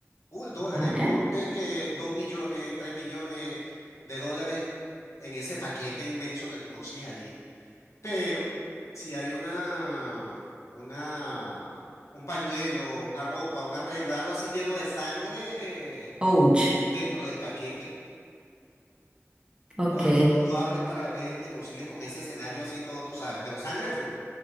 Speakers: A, on the left; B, on the right.
A: Full dólares.
B: vale.
A: Ponte que dos millones, tres millones de dólares en ese paquete inmenso que tú consigues allí. Pero si hay una, una, un pañuelo, una ropa, una prenda, algo así lleno de sangre eh,
B: Ouch.
A: dentro del paquete,
B: Ok,
A: cuando tú lo abres para ver y te consigues con ese escenario así todo, tú sabes, pero sangre full,